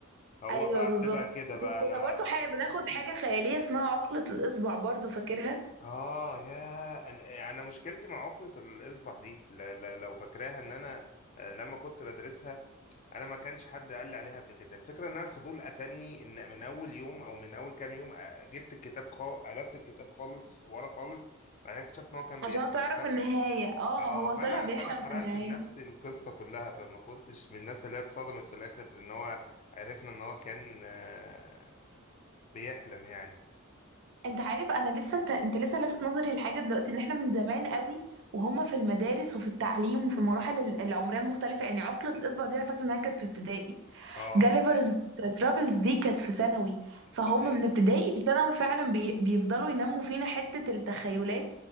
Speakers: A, on the left; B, on the right.
A: هو
B: ايوه
A: بقى
B: بالظبط
A: تبقى كده بقى
B: وكنا
A: أنا
B: برضو حي... بناخد حاجه خياليه اسمها عقله الاصبع برضو فاكرها
A: اه يا انا يعني أنا مشكلتي مع عقدة الاصبع دي ل- ل- لو فاكراها ان انا آه، لما كنت بدرسها انا ما كانش حد قال لي عليها قبل كده الفكره ان انا الفضول اتني ان من اول يوم او من اول كام يوم آه، جبت الكتاب خا قلبت الكتاب خالص ورا خالص بعد كده اكتشفت ان هو كان
B: عشان
A: بيحكي
B: تعرف
A: ف...
B: النهاية اه
A: اه
B: هو
A: فانا
B: طلع بيحلم
A: فانا حرقت
B: في النهاية
A: لنفسي القصه كلها فما كنتش من الناس اللي هي اتصدمت في الاخر ان هو عرفنا ان هو كان آه، بيحلم يعني
B: انت عارف انا لسه انت انت لسه لافت نظري لحاجة دلوقتي ان احنا من زمان قوي وهم في المدارس وفي التعليم وفي المراحل ال- العمرية المختلفة يعني عقلة الاصبع دي انا فاكرة انها كانت في ابتدائي
A: اه
B: جاليفرز ترافلز دي كانت في ثانوي فهم
A: ده حقيقي
B: من ابتدائي لثانوي فعلا بي... بيفضلوا ينموا فينا حتة التخيلات